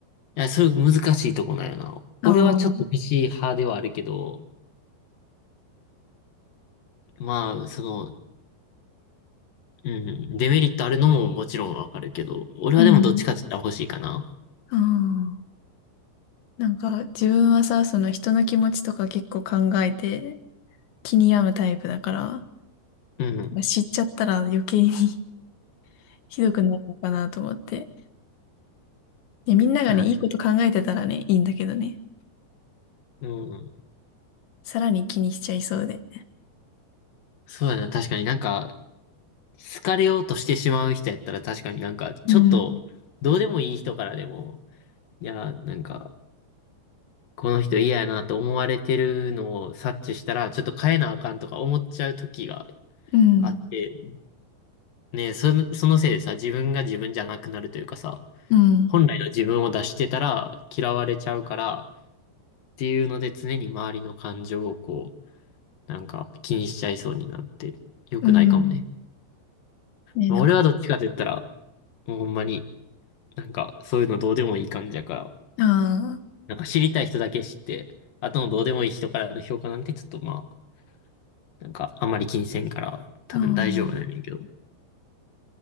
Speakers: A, on the left; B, on the left.
A: いや、それ難しいとこなんやな。
B: ああ、
A: 俺はちょっとしい派ではあるけど、まあ、その、うん。デメリットあるのももちろんわかるけど、俺はでもどっちかって言ったら欲しいかな。
B: うん。ああ。なんか自分はさ、その人の気持ちとか結構考えて気に病むタイプだから、
A: うん。
B: 知っちゃったら余計に <laughs> ひどくなるのかなと思って。で、みんながね、
A: はい。
B: いいこと考えてたらね、いいんだけどね、
A: うん。
B: さらに気にしちゃいそうで。
A: そうだな。確かになんか、好かれようとしてしまう人やったら確かになんか、ちょっと、
B: うん、
A: どうでもいい人からでも、いや、なんか、この人嫌やなと思われてるのを察知したら、ちょっと変えなあかんとか思っちゃう時が
B: うん、
A: あって、ね、その、そのせいでさ、自分が自分じゃなくなるというかさ、
B: うん、
A: 本来の自分を出してたら嫌われちゃうから、っていうので常に周りの感情をこう、なんか気にしちゃいそうになって良くないかもね。
B: うん。ね、
A: まあ、
B: なんか、
A: 俺はどっちかって言ったら、もうほんまになんかそういうのどうでもいい感じやから、
B: あ
A: なんか知りたい人だけ知って、あとのどうでもいい人からの評価なんてちょっとまあ、なんかあんまり気にせんから多分大丈夫なんやけど。
B: あ、ああ、